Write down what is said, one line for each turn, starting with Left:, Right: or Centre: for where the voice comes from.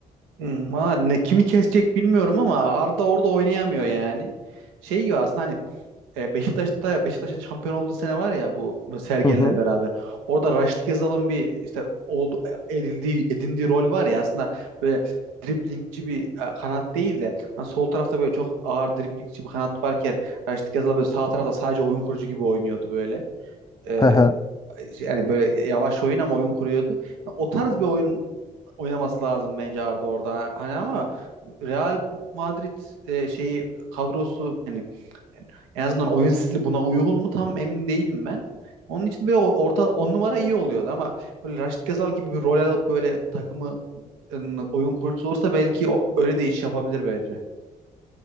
Right: hmm, valla ne kimi kesecek bilmiyorum ama Arda orada oynayamıyor yani. Şey gibi aslında hani e, Beşiktaş'ta Beşiktaş'ın şampiyon olduğu sene var ya bu Sergen'le
Left: Hı hı.
Right: beraber. Orada Raşit Gezal'ın bir işte oldu edildiği edindiği rol var ya aslında böyle driblingçi bir e, kanat değil de hani sol tarafta böyle çok ağır driblingçi bir kanat varken Raşit Gezal böyle sağ tarafta sadece oyun kurucu gibi oynuyordu böyle. E,
Left: <laughs>
Right: yani böyle yavaş oyun ama oyun kuruyordu. Yani o tarz bir oyun oynaması lazım bence Arda orada. Hani ama Real Madrid e, şeyi kadrosu yani en azından oyun stili buna uygun mu tam emin değilim ben. Onun için böyle orta on numara iyi oluyordu ama böyle Raşit Gazal gibi bir rol alıp böyle takımı ın, oyun kurucusu olursa belki o, öyle de iş yapabilir bence.